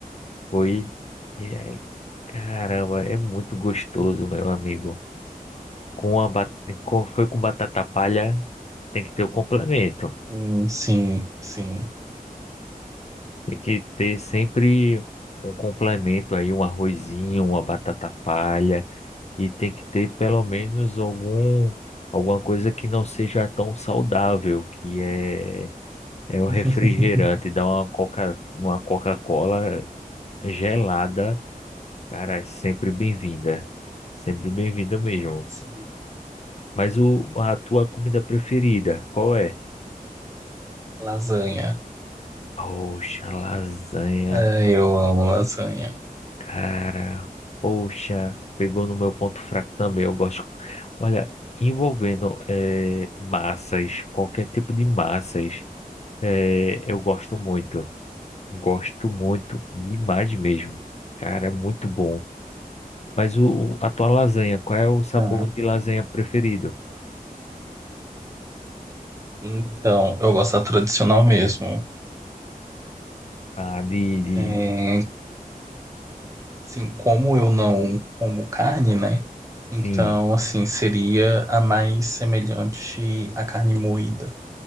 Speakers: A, on the left; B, on the right.
A: Foi. E aí, caramba, é muito gostoso, meu amigo. Com a ba- com- foi com batata palha, tem que ter o complemento.
B: Sim, sim, sim.
A: Tem que ter sempre um complemento aí, um arrozinho, uma batata palha. E tem que ter pelo menos algum, alguma coisa que não seja tão saudável, que é, é o refrigerante,
B: <laughs>
A: dar uma coca, uma Coca-Cola gelada. Cara, é sempre bem-vinda. Sempre bem-vinda mesmo.
B: Sim,
A: Mas o, a tua comida preferida, qual é?
B: lasanha.
A: Poxa, lasanha,
B: É, eu amo lasanha.
A: cara. Poxa, pegou no meu ponto fraco também. Eu gosto. Olha, envolvendo eh, massas, qualquer tipo de massas, eh, eu gosto muito. Gosto muito, demais mesmo. Cara, muito bom. Mas o, o- a tua lasanha, qual é o sabor
B: Ah,
A: de lasanha preferido?
B: então, eu gosto da tradicional mesmo.
A: Ah, de, de...
B: É, assim, como eu não como carne, né? Então,
A: Sim,
B: assim, seria a mais semelhante à carne moída,